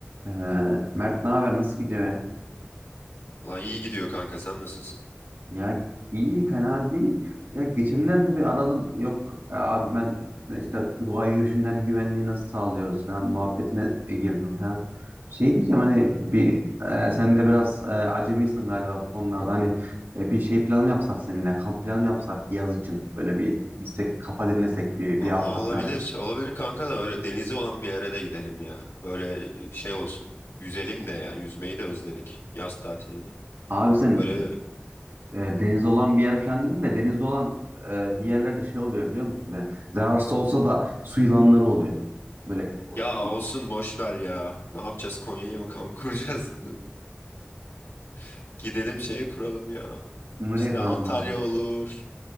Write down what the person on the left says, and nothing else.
Valla iyi gidiyor kanka sen nasılsın?
Valla
olabilir.
Olabilir kanka da öyle denize olan bir yere de gidelim ya. Böyle şey olsun. Yüzelim de ya. Yüzmeyi de özledik yaz tatilini.
Böyle
ya olsun boş ver ya. Ne yapacağız Konya'ya mı kamp kuracağız? <laughs> Gidelim şeye kuralım ya.
İşte
Antalya
olur.